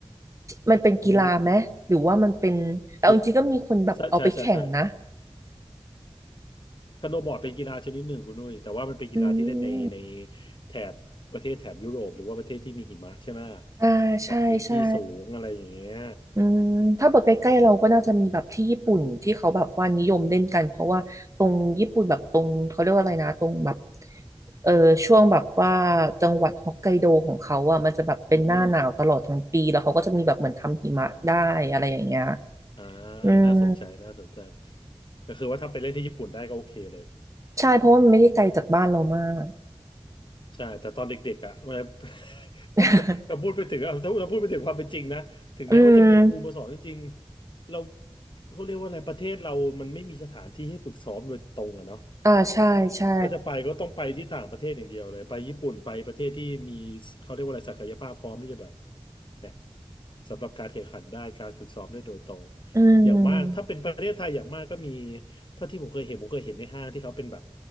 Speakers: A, on the right (about 30°); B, on the left (about 50°).
A: มันเป็นกีฬาไหมหรือว่ามันเป็นแต่เอาจริงๆก็มีคนแบบเอาไปแข่งนะ
B: โอ้กีฬาใช่ใช่ใช่ใช่สโนว์บอร์ดเป็นกีฬาชนิดหนึ่งคุณนุ้ยแต่ว่ามันเป็นกีฬาที่เล่นในใน
A: อืม
B: แถบประเทศแถบยุโรปหรือว่าประเทศที่มีหิมะใช่ไหม
A: อ่าใช่ใช่
B: กับพื้นที่สูงอะไรอย่างเงี้ย
A: อืมถ้าแบบใกล้ๆเราก็น่าจะมีแบบที่ญี่ปุ่นที่เขาแบบว่านิยมเล่นกันเพราะว่าตรงญี่ปุ่นแบบตรงเขาเรียกว่าอะไรนะตรงแบบ
B: อืม
A: เออช่วงแบบว่าจังหวัดฮอกไกโดของเขาอ่ะมันจะแบบเป็นหน้าหนาวตลอดทั้งปีแล้วเขาก็จะมีแบบเหมือนทำหิมะได้อะไรอย่างเงี้ย
B: อืมอ่า
A: อืม
B: น่าสนใจน่าสนใจก็คือว่าถ้าไปเล่นที่ญี่ปุ่นได้ก็โอเคเลย
A: ใช่เพราะว่ามันไม่ได้ไกลจากบ้านเรามาก
B: ใช่แต่ตอนเด็กๆอ่ะเวลา <laughs>
A: <laughs>
B: เราพูดไปถึงอ่ะถ้าเราพูดไปถึงความเป็นจริงนะถึงแม้ว่าจะมีครูมาสอนจริงๆเรา
A: อืม
B: เขาเรียกว่าอะไรประเทศเรามันไม่มีสถานที่ให้ฝึกซ้อมโดยตรงอะเนาะ
A: อ่าใช่ใช่
B: ถ้าจะไปก็ต้องไปที่ต่างประเทศอย่างเดียวเลยไปญี่ปุ่นไปประเทศที่มีเขาเรียกว่าอะไรศักยภาพพร้อมที่จะแบบ เนี่ยสำหรับการแข่งขันได้การฝึกซ้อมได้โดยตรง
A: อืม
B: อย่างมากถ้าเป็นประเทศไทยอย่างมากก็มีเท่าที่ผมเคยเห็นผมเคยเห็นในห้างที่เขาเป็นแบบ